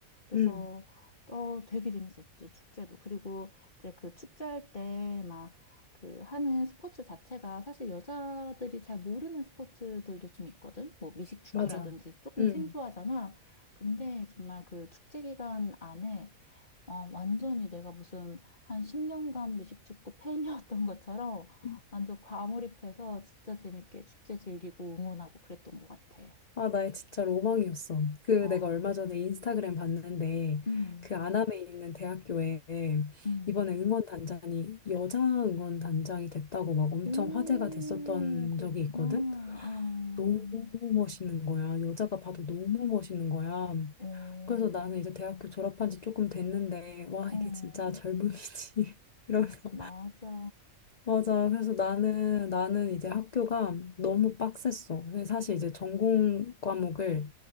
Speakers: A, on the left; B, on the left.
A: 그래서
B: 응
A: 어, 되게 재밌었지, 축제도. 그리고 이제 그 축제할 때 막 그 하는 스포츠 자체가 사실 여자들이 잘 모르는 스포츠들도 좀 있거든. 뭐 미식축구라든지
B: 맞아.
A: 조금
B: 응
A: 생소하잖아. 근데 정말 그 축제 기간 안에 아, 완전히 내가 무슨 한 10년간 미식축구 팬이었던 <laughs> 것처럼
B: 응
A: 완전 과몰입해서 진짜 재밌게 축제 즐기고 응원하고 그랬던 것 같아.
B: 아, 나의 진짜 로망이었어. 그
A: 아,
B: 내가 얼마 전에 인스타그램 봤는데
A: 음,
B: 그 안암에 있는 대학교에
A: 음.
B: 이번에 응원단장이 여자 응원단장이 됐다고 막 엄청
A: 오,
B: 화제가 됐었던
A: 그렇구나.
B: 적이 있거든.
A: 어,
B: 너무 멋있는 거야. 여자가 봐도 너무 멋있는 거야.
A: 어,
B: 그래서 나는 이제 대학교 졸업한 지 조금 됐는데, 와,
A: 어,
B: 이게 진짜 젊음이지. <laughs> 이러면서.
A: 맞아.
B: 맞아. 그래서 나는, 나는 이제 학교가 너무 빡셌어. 근데 사실 이제 전공 과목을